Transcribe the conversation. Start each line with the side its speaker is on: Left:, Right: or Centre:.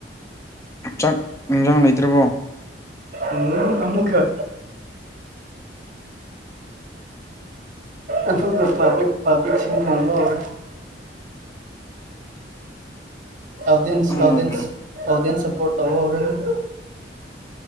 Left: ꯆꯥꯛ ꯏꯟꯁꯥꯡ ꯂꯩꯇ꯭ꯔꯕꯣ
Right: ꯎꯝ ꯑꯃꯃꯨ ꯈ ꯑꯩꯈꯣꯏꯒꯤ ꯄꯕ꯭ꯂꯤ ꯄꯕ꯭ꯂꯤꯛꯁꯤꯡ ꯈꯣꯡꯕ ꯍꯧꯔꯦ ꯑꯣꯗꯤꯑꯦꯟꯁ
Left: ꯎꯝ
Right: ꯑꯣꯗꯤꯑꯦꯟꯁ ꯑꯣꯗꯤꯑꯦꯟꯁ ꯁꯄꯣꯔꯠ ꯇꯧꯕ ꯍꯧꯔꯦ ꯑꯃꯨꯛꯀ